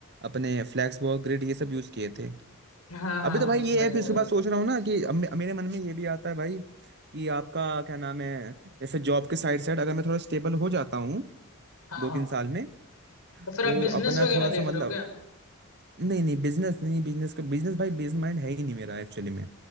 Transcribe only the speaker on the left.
हाँ हाँ
हाँ
समझ
गया
भाई
हाँ
हाँ
तो फिर
आप बिजनेस
वगैरह
देख
रहे हो क्या